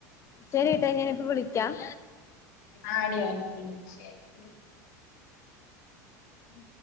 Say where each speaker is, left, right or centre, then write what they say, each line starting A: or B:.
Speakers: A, on the left (about 30°); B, on the left (about 75°).
A: ശരിട്ടാ ഞാനിപ്പോ വിളിക്കാം
B: ആടി ആടി ശരി ഉം